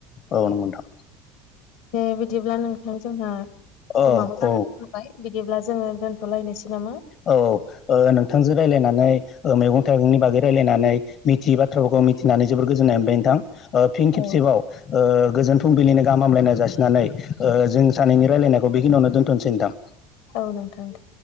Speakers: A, on the left; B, on the left.
A: औ नोंगौ नोंथां
B: दे बिदिब्ला नोंथां जोंहा
A: अ
B: समाबो
A: औ
B: जानानै थाबाय बिदिब्ला जोङो दोनथ'लायनोसै नामा?
A: औ ओ नोंथांजों लारायनाननै ओ मेगं गंनि बागै रायजलायनानै मिथियै बाथ्राफोरखौ मिथिनानै जोबोर गोजोन्नाय मोनबाय नोंथां। ओ फिन
B: औ
A: खेबसेबाव ओ गोजोन फुंबिलिनिनो गाहाम हामलायनाय जासिनानै ओ जों सानैनि रायलायनायखौ बेखिनियावनो दोनथ'नोसै दां
B: औ नोंथां दे